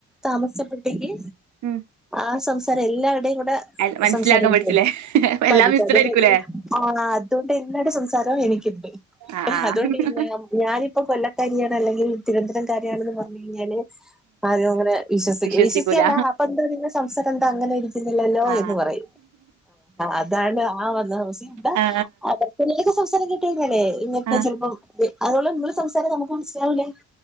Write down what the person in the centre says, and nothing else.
താമസപ്പെട്ടേക്ക്
ആ സംസാരം എല്ലാ ടെയും അതൊണ്ട്
സംസാരയിക്കോ
പഠിച്ചതെ
പഠി അതോണ്ട് എല്ലാരെ സംസാരം നിക്കിപ്പോയി
അതുകൊണ്ട്ഞ ഞാനിപ്പോ കൊല്ല കാര്യ അല്ലെങ്കിൽ തിരുവന്തരം കാര്യണെന്ന് പറഞ്ഞു കഴിഞ്ഞാല് ആദരും അങ്ങനെ വിശ്വസ
വിശ്വസിക്കല്ല അപ്പൊ എന്താ നിങ്ങ സംസാരം എന്താ അങ്ങനെ ഇരിക്കുന്നില്ലല്ലോ
എന്ന് പറഞ്ഞു അതാണ് ആ വന്നസന്തെ
<unintelligible> സംസാരം കേ ങ്ങനെ ഇങ്ങക്ക്
ചിലപ്പം അതോള്ള നി സംസാരം നമുക്ക് മനസ്സിലാവ്ണ്ട്.